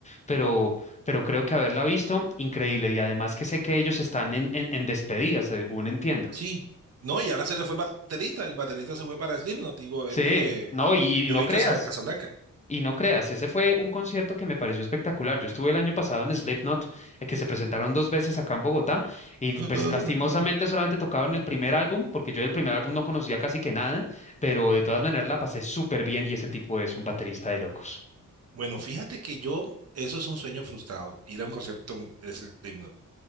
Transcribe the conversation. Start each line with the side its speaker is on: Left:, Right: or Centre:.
Left: pero, pero creo que haberla visto, increíble. Y además que sé que ellos están en, en, en despedida, según entiendo.
Right: sí, no, y ahora se le fue el baterista. El baterista se fue para Slipknot, digo,
Left: Sí,
Right: este
Left: no, y,
Right: Joey
Left: y no creas,
Right: Casa- Casablanca. <gasps>
Left: y no creas, ese fue un concierto que me pareció espectacular. Yo estuve el año pasado en Slipknot, eh, que se presentaron dos veces acá en Bogotá, y
Right: <laughs>
Left: pues lastimosamente solamente tocaron el primer álbum, porque yo del primer álbum no conocía casi que nada, pero de todas maneras la pasé súper bien y ese tipo es un baterista de locos.
Right: Bueno, fíjate que yo, eso es un sueño frustrado, ir a un concierto de Slipknot.